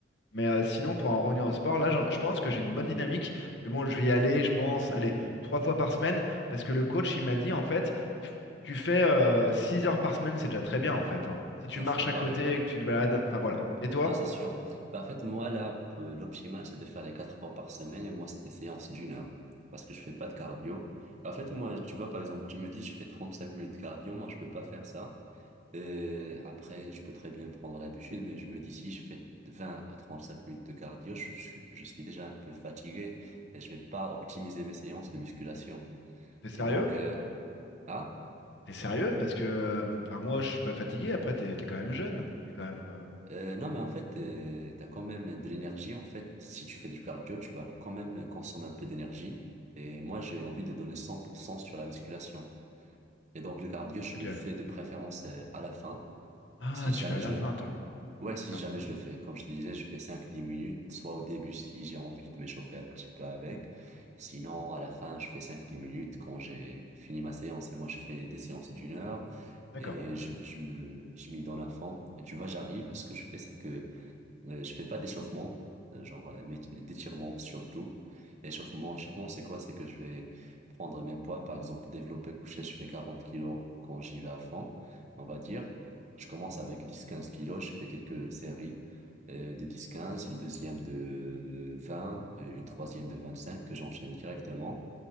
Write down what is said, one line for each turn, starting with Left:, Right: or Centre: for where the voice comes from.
Left: Mais euh, sinon, pour en revenir au sport, là, j'en- je pense que j'ai une bonne dynamique. Mais bon, je vais y aller, je pense, allez, trois fois par semaine, parce que le coach, il m'a dit, en fait, tu fais euh, six heures par semaine, c'est déjà très bien, en fait. hein. Si tu
Right: Là,
Left: marches
Right: je suis d'accord
Left: à côté,
Right: avec toi.
Left: et que tu te balades, enfin voilà. Et toi,
Right: Non, c'est sûr. Bah, en fait, moi, là, euh, l'optimal, c'est de faire les quatre fois par semaine et moi, c'est des séances d'une heure parce que je fais pas de cardio. En fait, moi, tu vois, par exemple, tu me dis, je fais 35 minutes de cardio, moi, je peux pas faire ça. Euh, après, je peux très bien prendre la bûche, mais je me dis, si je fais 20 à 35 minutes de cardio, je, je suis je suis déjà un peu fatigué et je vais pas optimiser mes séances de musculation.
Left: t'es sérieux?
Right: Et donc, euh, hein?
Left: T'es sérieux? Parce que, euh, enfin, moi, je suis pas fatigué. Après, t'es t'es quand même jeune. T'es quand même. euh,
Right: Euh, non, mais en fait, euh, t'as quand même de l'énergie. En fait, si tu fais du cardio, tu vas quand même consommer un peu d'énergie. Et moi, j'ai envie de donner 100% sur la musculation. Et donc, le cardio, je
Left: Ok.
Right: le fais de préférence euh, à la fin.
Left: Ah,
Right: Si jamais
Left: tu fais à
Right: je
Left: la
Right: le,
Left: fin, toi.
Right: ouais, si
Left: D'accord.
Right: jamais je le fais. Comme je te disais, je fais cinq dix minutes, soit au début si j'ai envie de m'échauffer un petit peu avec. Sinon, à la fin, je fais cinq dix minutes quand j'ai fini ma séance. Et moi, je fais des séances d'une heure.
Left: D'accord.
Right: Et je, je me, je m'y donne à fond. Et tu vois, j'arrive. Ce que je fais, c'est que euh, je fais pas d'échauffement, euh, genre euh, mais d'étirement surtout. Échauffement, l'échauffement, c'est quoi? C'est que je vais prendre mes poids, par exemple, développé couché, je fais 40 kilos quand j'y vais à fond, on va dire. Je commence avec dix quinze kilos, je fais quelques séries euh, de dix quinze une deuxième de 20 euh, une troisième de 25 que j'enchaîne directement.